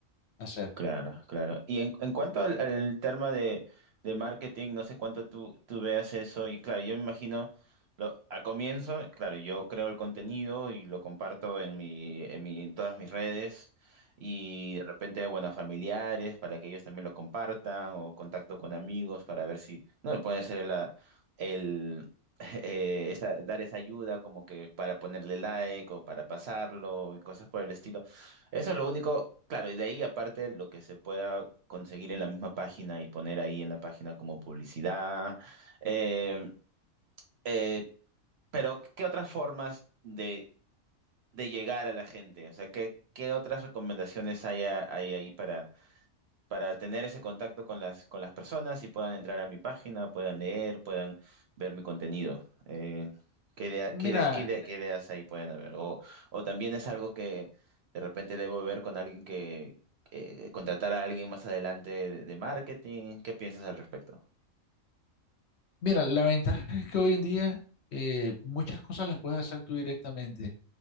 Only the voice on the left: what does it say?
hacer.
Mira,
mira, la ventaja es que hoy en día eh, muchas cosas las puedes hacer tú directamente,